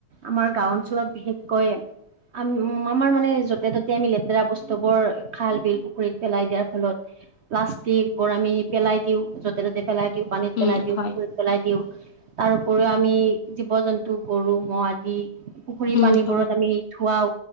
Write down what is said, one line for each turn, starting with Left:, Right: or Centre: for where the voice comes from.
Right: আমাৰ গাও অঞ্চলত বিশেষকৈ আমি আমাৰ মানে য'তে ত'তে আমি লেতেৰা বস্তু বোৰ খাল, বিল, পুখুৰীত পেলাই দিয়াৰ ফলত। প্লাষ্টিক বোৰ আমি পেলাই দিওঁও য'তে ত'তে পেলাই দিওঁ পানীত
Left: উম
Right: পেলাই দিওঁ
Left: হয়
Right: পুখুৰীত পেলাই দিওঁ তাৰ উপৰিও আমি জীৱ জন্তু গৰু ম'হ আদি পুখুৰী
Left: উম
Right: পানীবোৰত
Left: হয়
Right: আমি ধুৱাও